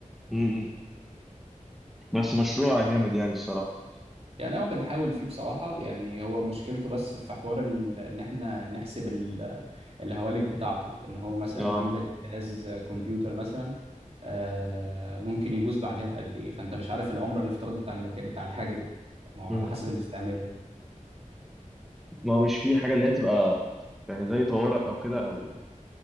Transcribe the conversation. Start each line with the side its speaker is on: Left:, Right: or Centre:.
Centre: م. بس مشروع جامد يعني الصراحة
Right: يعني هو بنحاول فيه بصراحة يعني هو مشكلته بس في حوار ال... ان احنا نحسب ال... الهوالك بتاعته ان هو مثلا
Centre: اه
Right: عندك جهاز كمبيوتر مثلا آه، ممكن يبوظ بعدها بقد ايه فانت مش عارف العمر الافتراضي بتاع المكان بتاع الحاجة دي ما هو
Centre: م.
Right: على حسب الاستعمال
Centre: ما هو مش في حاجة اللي هي تبقى يعني زي طوارئ او كده او